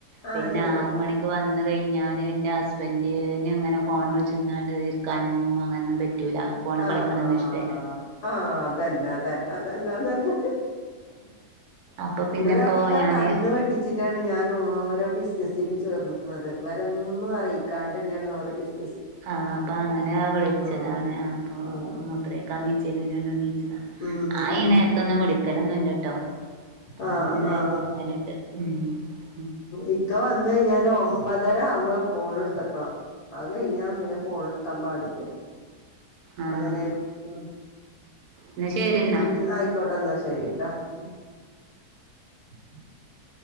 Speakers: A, on the left (about 70°); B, on the right (about 75°).
A: ആഹ്
B: പിന്നെ
A: ശരി
B: ആറ്മണിക്ക് വന്നാ ന്ന് കഴിഞ്ഞാല് ഇന്റെ ഹസ്ബന്റ്ന്ങ്ങനെ ഫോണ് വിളിച്ച്ങ്ങാണ്ട് ഇരിക്കാനൊന്നും അങ്ങനൊന്നും പറ്റ് റ്റൂല ഫോണ്
A: ആഹ്
B: കളിക്കണൊന്നും ഇഷ്ട്ടല്ല
A: ആഹ് അതന്നതന്നതന്നെതന്നെ
B: അപ്പൊ പിന്നെപ്പോ
A: ഇവരൊക്കെ
B: ഞാന്
A: കണ്ണ് വെട്ടിച്ചിട്ടാണ് ഞാൻ ഓരോ ബിസി നസിന് ചേർന്നക്ക്ണത് ഇവരൊന്നും അറിയിക്കാണ്ട് ഞാൻ ഓരോ ബിസി
B: ആഹ് അപ്പൊ അങ്ങനെയാ വിളിച്ചതാണ്
A: ആഹ്
B: അപ്പൊ
A: ആഹ്
B: മൂത്രൊക്കാ ന്ച്ചാന് എണീറ്റതാ
A: ഉം
B: ആഈ
A: ഉം
B: നേരത്തൊന്നും വിളിക്കലൊന്നുല്ലട്ടോ ആന്ന്
A: ആഹ്
B: വേഗം
A: ആഹ്
B: ഒറങ്ങാലിട് മു
A: ഇക്ക വന്ന് കഴിഞ്ഞാല് ഒമ്പതര ആവുമ്പോ ഫോണെടുത്തക്കണം. അത് കഴിഞ്ഞ പിന്നെ ഫോൺ എടുക്കാൻ പാടില്ല
B: ആഹ്
A: അങ്ങനെയാണ് ഉം
B: എന്നാ ശരി
A: ഉം
B: എന്നാ